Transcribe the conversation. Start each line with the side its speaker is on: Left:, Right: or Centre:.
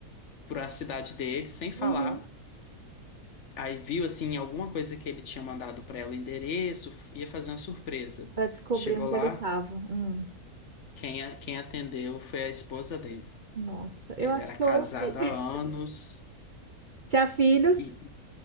Left: para a cidade dele sem falar.
Right: uhum.
Left: Aí viu assim alguma coisa que ele tinha mandado para ela, endereço, ia fazer uma surpresa.
Right: Para descobrir
Left: Chegou
Right: onde
Left: lá,
Right: ele estava. Hum,
Left: quem, a- quem atendeu foi a esposa dele.
Right: nossa, eu
Left: Ele
Right: acho
Left: era
Right: que
Left: casado
Right: eu ouvi. <laughs>
Left: há anos
Right: Tinha filhos?
Left: e